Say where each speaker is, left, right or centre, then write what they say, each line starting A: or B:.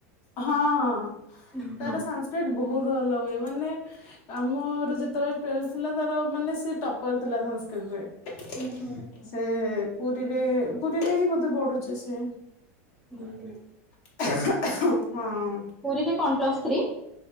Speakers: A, on the left; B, in the centre.
A: ହଁଅଃ
B: ଉଁ ହୁଁ
A: ତାର ସଂସ୍କ୍ରିଟ ବହୁତ ଭଲ ହୁଏ ମାନେ। ଆମର ଯେତେବେଳେ ଟୁଏଲଭ ଥିଲା ତାର ମାନେ ସେ ଟପର ଥିଲା ସଂସ୍କୃତରେ
B: ହୁଁ ହୁଁ
A: ସେ ପୁରୀରେ ପୁରୀରେ ହିଁ ବୋଧେ ପଢୁଛି ସେ
B: ହୁଁ ହୁଁ।
A: ହଁ।
B: ପୁରୀରେ କଣ ପ୍ଲସ୍ ଥ୍ରୀ।